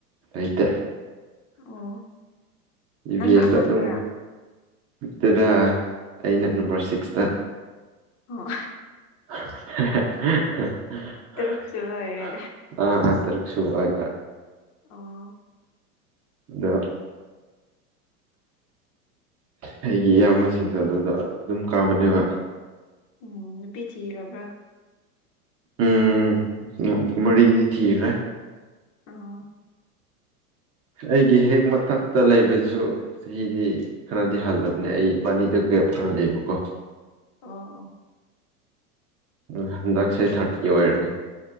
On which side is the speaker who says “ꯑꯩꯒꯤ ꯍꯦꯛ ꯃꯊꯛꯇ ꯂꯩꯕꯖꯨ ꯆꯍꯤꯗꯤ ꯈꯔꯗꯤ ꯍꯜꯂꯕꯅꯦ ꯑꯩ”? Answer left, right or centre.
Right